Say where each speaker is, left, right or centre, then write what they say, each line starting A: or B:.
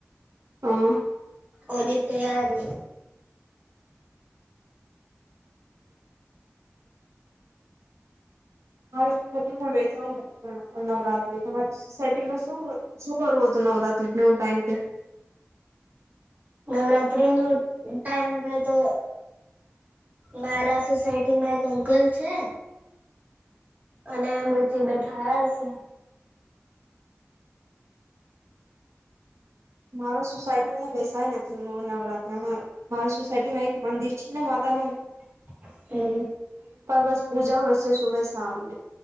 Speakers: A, on the right; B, on the right.
A: <unintelligible>
B: ઓની તૈયારી
A: મારી સસાયટીમાં બેસું નથી, પણ નવરાત્રી તમારી સોસાયટીમાં શું અ શું કરવું હતું નવરાત્રીના ટાઈમ કે
B: નવરાત્રીનું ટાઈમ થતો મારા સોસાયટીમાં એક અંકલ છે, અને મુર્ચે બેઠા હશે,
A: મારા સોસાયટીમાં બેસાય નથી, હવે નવરાત્રિમાં મારા સોસાયટીમા એક મંદિર કીના માતાનું
B: <unintelligible>
A: વાસ પૂજા હોય છે, શુભે શામને